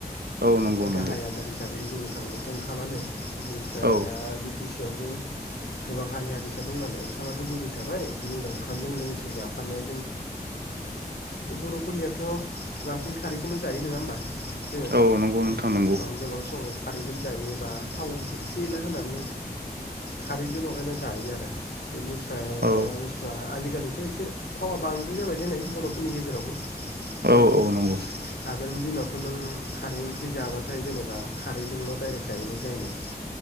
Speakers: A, on the right; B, on the left.
A: औ नंगौ
B: बे गाहाय
A: नंगौ
B: आदार हिसाबै बुंनो थाङोबाथ' ओंखामानो इनिफ्राय
A: औ
B: दा बिटिसि यावबो गोबां हारि हारिसा दं नालाय ओंखामाथ' गुबै थाबाय बिनि उनाव ओंखामजों लोगोसे जाफानाया बे बर'फोरनियाथ' बांसिन खारैखोनो जायो नोङा होमबा? जोङो
A: औ नंगौ नोंथां नंगौ
B: ओं गोबां समाव खारैखोनो जायो। बा थाव एसे एला होनानै खारैजों लगायनानै जायो आरो। बेनिफ्राय
A: औ
B: दा बुस्थुआ खालिथ' एसे थावा बांद्राय जाबाय देनाय बर'फोरनि गेजेरावबो।
A: औ
B: बिदि
A: औ नंगौ
B: आगोलनि दिनावथ' नों खारै ओंख्रि जाबाथाय जेनेबा खारैजोंल' डाइरेक्ट जायैनाय जायोमोन।